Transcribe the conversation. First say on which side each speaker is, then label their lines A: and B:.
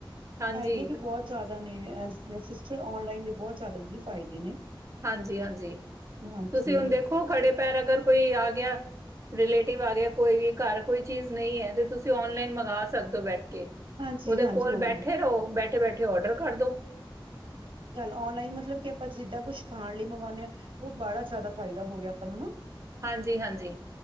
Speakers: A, on the right; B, on the right.
A: ਹਾਂਜੀ।
B: ਇਹ ਵੀ ਬਹੁਤ ਜ਼ਿਆਦਾ ਨੇ ਸਿਸਟਰ ਆਨਲਾਈਨ ਦੇ ਬਹੁਤ ਜ਼ਿਆਦਾ ਫਾਇਦੇ ਨੇ
A: ਹਾਂਜੀ-ਹਾਂਜੀ,
B: ਹਾਂਜੀ,
A: ਤੁਸੀਂ ਹੁਣ ਦੇਖੋ ਖੜੇ ਪੈਰ ਅਗਰ ਕੋਈ ਆ ਗਿਆ। ਰਿਲੇਟਿਵ ਆ ਗਿਆ ਕੋਈ ਵੀ ਘਰ ਕੋਈ ਚੀਜ਼ ਨਹੀਂ ਹੈ ਤੇ ਤੁਸੀਂ ਆਨਲਾਈਨ ਮੰਗਵਾ ਸਕਦੇ ਹੋ ਬੈਠ ਕੇ
B: ਹਾਂਜੀ-ਹਾਂਜੀ
A: ਉਹਦੇ ਕੋਲ
B: ਉਹ
A: ਬੈਠੇ
B: ਵੀ
A: ਰਹੋ ਬੈਠੇ ਬੈਠੇ ਔਡਰ ਕਰਦੋ।
B: ਆਨਲਾਈਨ ਮਤਲਬ ਕਿ ਆਪਾਂ ਜਿੱਦਾਂ ਕੁਛ ਖਾਣ ਲਈ ਮੰਗਵਾਉਂਦੇ ਹਾਂ, ਉਹ ਬੜਾ ਜ਼ਿਆਦਾ ਫਾਇਦਾ ਹੋ ਗਿਆ ਆਪਾਂ ਨੂੰ ਨਾ
A: ਹਾਂਜੀ-ਹਾਂਜੀ,